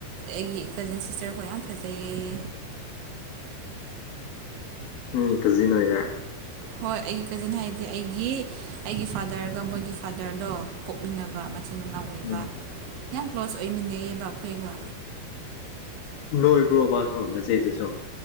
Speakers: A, on the right; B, on the left.
A: ꯑꯩꯒꯤ ꯀꯖꯤꯟ ꯁꯤꯁꯇꯔꯈꯣꯢ ꯌꯥꯝ ꯐꯖꯩꯌꯦ꯫
B: ꯎꯝ ꯀꯖꯤꯟ ꯑꯣꯏꯔꯦ꯫
A: ꯍꯣꯏ ꯑꯩꯒꯤ ꯀꯖꯤꯟ ꯍꯥꯏꯗꯤ ꯑꯩꯒꯤ ꯑꯩꯒꯤ ꯐꯥꯗꯔꯒ ꯃꯣꯏꯒꯤ ꯐꯥꯗꯔꯗꯣ ꯄꯣꯛꯃꯤꯟꯅꯕ꯫ ꯢꯆꯤꯟ ꯏꯅꯥꯎ ꯑꯣꯏꯕ
B: ꯎꯝ
A: ꯌꯥꯝ ꯀ꯭ꯂꯣꯁ ꯑꯣꯏꯃꯤꯟꯅꯩꯌꯦꯕ ꯑꯈꯣꯏꯒ꯫
B: ꯅꯣꯏꯕ꯭ꯔꯣ ꯃꯥꯁꯨ ꯅꯆꯦ ꯗꯨꯁꯨ꯫